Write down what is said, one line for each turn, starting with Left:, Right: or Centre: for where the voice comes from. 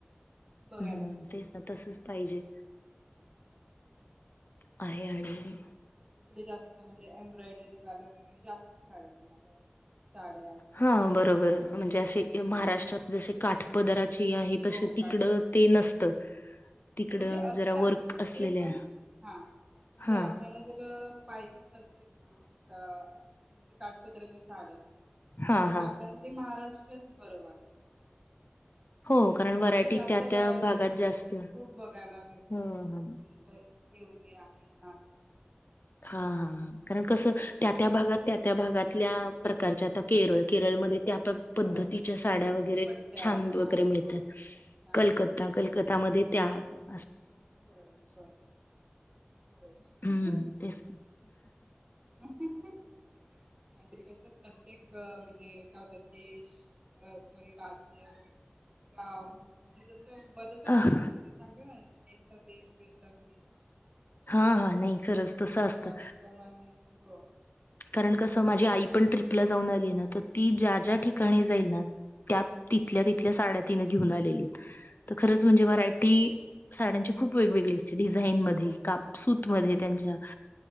Right: बघायला
Left: हम्म
Right: भेटते
Left: तेच ना तसच पाहिजे
Right: असं.
Left: आहे. हे आणि
Right: डे जास्त म्हणजे एम्ब्रॉयडरी वाल्या वगैरे जास्त साड्या तुम्हाला साड्या किंवा
Left: हा
Right: ड्रेसेस
Left: बरोबर म्हणजे असे महाराष्ट्रात
Right: हा
Left: जसे काठ पदराचे आहे तस
Right: हो
Left: तिकडं
Right: काठपदरीचे
Left: ते नसतं तिकडं
Right: म्हणजे असतात
Left: जरा वर्क
Right: इकडे
Left: असलेल्या
Right: पण हा पण जर
Left: हा
Right: आपल्याला जर पाहिजेच असेल ना का म्हणजे काटपत्राच्या साड्या
Left: हा
Right: तर मग
Left: हा
Right: आपल्याला ते महाराष्ट्रच बरं वाटत अस.
Left: हो कारण व्हरायटी
Right: म्हणजे जास्त
Left: त्या
Right: व्हरायटीज
Left: त्या भागात जास्त
Right: हो खूप बघायला भेटणार
Left: ह
Right: असं
Left: ह
Right: म्हणजे जसं येवली आहे नासिक -
Left: हा हा ह कारण कस त्या त्या भागात त्या त्या भागातल्या प्रकारच्या
Right: हो
Left: आता केरळ केरळमध्ये त्या पद्धतीच्या
Right: हो
Left: साड्या वगैरे
Right: पट्ट्यावर
Left: छान
Right: हा
Left: वगैरे मिळतात.
Right: हो छान
Left: कलकत्ता कलकत्तामध्ये त्या -
Right: होय होय होय
Left: हम्म तेच
Right: ह <unintelligible> नाहीतरी कस प्रत्येक म्हण जे काय होतात देश सॉरी राज्य गाव- म्हणजे जसं बदलतो
Left: अ
Right: ना म्ह म्हणजे सांगतो ना जैसा देश वैसा भेस
Left: हा हा नाही
Right: असं
Left: खरंच
Right: म्हणजे
Left: तसं
Right: त्याप्रमाणे
Left: असतं.
Right: हो
Left: कारण कसं
Right: तसच
Left: माझी आई
Right: आहे.
Left: पण ट्रिपला जाऊन आली ना तर ती ज्या ज्या ठिकाणी जाईल ना - त्या तिथल्या तिथल्या साड्या तिन घेऊन आलेली तर खरच म्हणजे व्हरायटी साड्यांची - खूप वेगवेगळी असते. डिझाईन मध्ये
Right: हो
Left: काप
Right: खूप
Left: सूत
Right: खूप
Left: मध्ये त्यांच्या